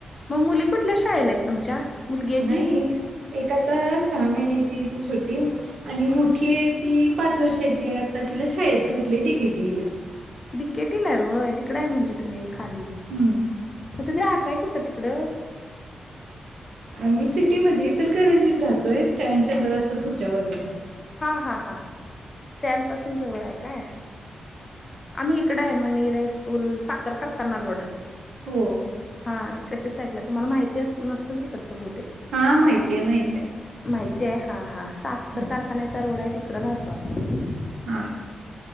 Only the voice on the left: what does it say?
मग मुली कुठल्या शाळेला आहेत तुमच्या? मुलगी हाय
ती.
हम्म
डी के टी ई ला हाय होय, तिकड हाय म्हणजे तुम्ही खाली.
म तुम्ही राहताय कुठं तिकडं?
हा-हा-हा स्टँड पासून जवळ हाय काय? हा. आम्ही हिकडं हाय मनेर हाय-स्कूल, साखर कारखाना रोड.
हां तिकडच्या साईडला तुम्हाला माहिती अस नसेल तिकडचं बहुतेक
माहिती ते हा -हा साखर
कारखान्याचा रोड आहे तिकड राहतो आम्ही